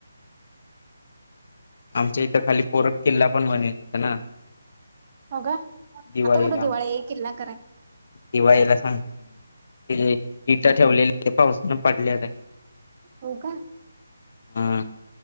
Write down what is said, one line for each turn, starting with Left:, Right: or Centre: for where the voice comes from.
Left: आमच्या इथं खाली पोरख किल्ला पण बनलथं ना
Right: हो का
Left: दिवाळीला
Right: आता कुठे दिवाळी आहे किल्ला करायचा
Left: दिवाळीला सांग ते इटा ठेवलेले ते पावसानं पडलेला आहे.
Right: हो का
Left: हां.